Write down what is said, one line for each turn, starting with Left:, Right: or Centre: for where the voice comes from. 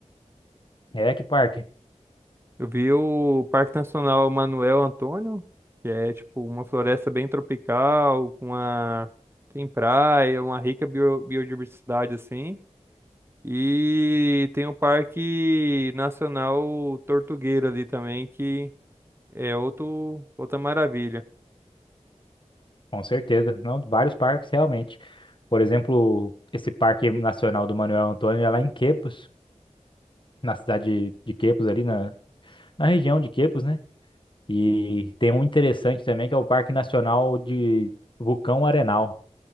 Left: É, que parque,
Right: Eu vi o Parque Nacional Manuel Antônio, que é tipo uma floresta bem tropical, com uma tem praia, uma rica bio- biodiversidade assim. E tem o Parque Nacional Tortuguero ali também, que é outro, outra maravilha.
Left: com certeza. Não, vários parques, realmente. Por exemplo, esse Parque Nacional do Manuel Antônio é lá em Quepos. na cidade de, de Quepos, ali na, na região de Quepos, né? E tem um interessante também, que é o Parque Nacional de Vulcão Arenal.